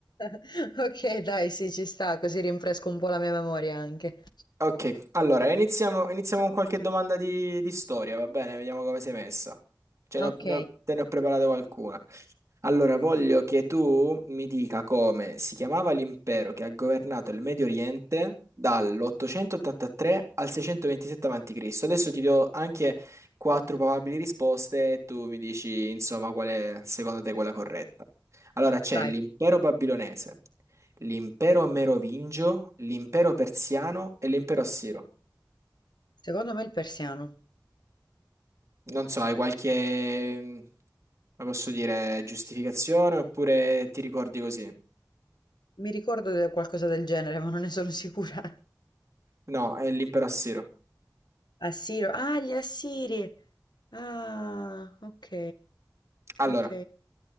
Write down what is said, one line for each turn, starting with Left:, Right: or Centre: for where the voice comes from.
Left: <laughs> Ok, dai, sì, ci sta, così rinfresco un po' la mia memoria anche.
Right: Ok, allora iniziamo, iniziamo con qualche domanda di, di storia, va bene? Vediamo come sei messa. Ce
Left: Ok,
Right: ne ho- ne ho- te ne ho preparata qualcuna. Allora, voglio che tu mi dica come si chiamava l'impero che ha governato il Medio Oriente dall'883 al 627 a.C. Adesso ti do anche quattro probabili risposte e tu mi dici, insomma, qual è secondo te quella corretta. Allora, c'è
Left: vai.
Right: l'impero babilonese, l'impero merovingio, l'impero persiano e l'impero assiro.
Left: Secondo me il persiano.
Right: Non so, hai qualche, mm, come posso dire, giustificazione oppure ti ricordi così?
Left: Mi ricordo di qualcosa del genere, ma non ne sono <laughs> sicura.
Right: No, è l'impero assiro.
Left: Assiro. Ah, gli assiri. Ah, ok,
Right: Allora,
Left: ok.